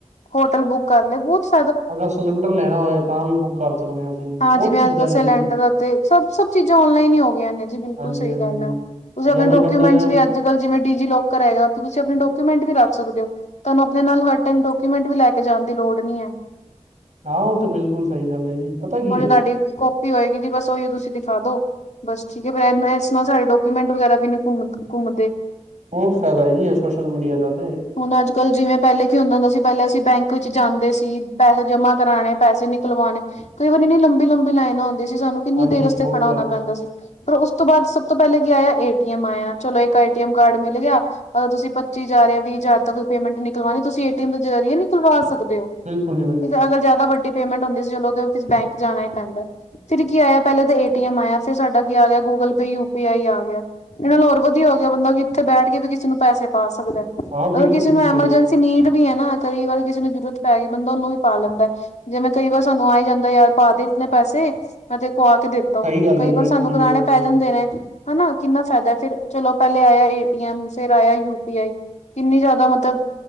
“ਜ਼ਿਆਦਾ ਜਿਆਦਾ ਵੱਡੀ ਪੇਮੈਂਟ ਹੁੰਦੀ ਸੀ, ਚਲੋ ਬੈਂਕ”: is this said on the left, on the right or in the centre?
Left